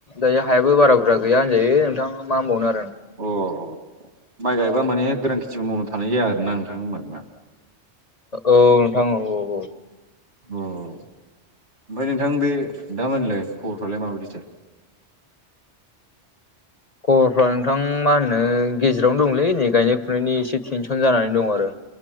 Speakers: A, on the left; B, on the right.
A: दायो हायो बारा बुरजा गैया होनजायो नोंथां, मा होनबावनो आरो।
B: अ माइ गायबा माने गोरान खेथिबो मावनो थानाय जाया आरोना नोंथां होनबा नोंना?
A: औ नोंथां औ औ औ।
B: अ ओमफ्राय नोंथां बे दामानिलाय खबरफ्रालाय माबायदिथो?
A: खबरफ्रा नोंथां मा होनो गेजेरावनो दंलै नै गायनाय फुनायनि एसे टेनसन जानानै दं आरो।